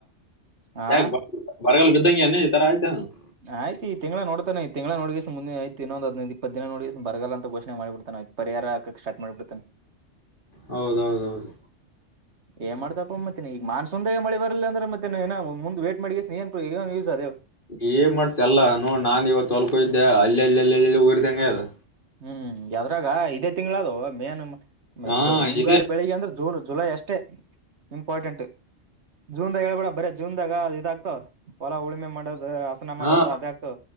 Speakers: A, on the right (about 65°); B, on the left (about 45°).
A: ಹಾ
B: ಯಾಕೆ <inaudible>
A: ಆಯ್ತ ಈ ತಿಂಗಳಳ ನೋಡ್ತಾನ ಈ ತಿಂಗಗಳ ನೋಗಿಸ ಮುಂದೆ ಆಯತ್ ಇನ್ನೊಂದ್ದ್ ಇಪ್ಪತ್ತ್ ದಿನ ನೋಡಿಸ ಬರಲ್ಲಂತ ಘಷೆ ಮಾಡಿಡ್ತೆ ಪರಿಹಾರ ಹಾಕಕ್ ಸ್ಟಾರ್ ಮಾಡ್ಬಿಡ್ತನ್
B: ಹೌದೌದೌದು
A: ಏನ್ ಮಾಡ್ತಪ್ಪ ಮತ್ತೆನ ಈಗ ಮಾನ್ಸಂದೆ ಮಳಿ ಬರಲ್ಲ ಅಂದ್ರೆ ಮತ್ತೆ ಏ ಮುಂದ ವೇಟ್ ಮಾಡಿ ಏನ್ಯೂಸ್ ಅದೆ
B: ಏನ್ ಮಾಡ್ತ ಅಲ್ಲ ನ ನಾನನ್ ಇವತ್ತು ತೋಲ್ಕೋ ಇದ್ದೆ ಅಲ್ಲಿ ಅಲ್ಲಿಲ್ಲಿಲ್ಲಿ <unintelligible> ಅ
A: ಹ್ಮ್ ಅದ್ರಾಗ ಇದೇ ತಿಂಗಳ ಅದು ಮೇ ನ
B: ಹಾ
A: ಇದು ಮುಂಗಾರಿ
B: ಇದೆ
A: ಬೆಳಿಗ್ಗೆ ಅಂದ್ರೆ ಜೂನ್ ಜುಲೈ ಅಷ್ಟು ಅಷ್ಟೆ ಇಂಪಾರ್ಟೆಂಟ್ ಜೂನ್ದಾಗ ಹೇಳ್ಬೇಡ ಬರ ಜೂನ್ದಾಗ ಇದ ಆಗ್ತವ್ ಹೊಲ ಉಲ್ಮೆ ಮಾಡದು ಹಸನ
B: ಹಾ
A: ಮಾಡೋದು ಅದ ಆಗ್ತು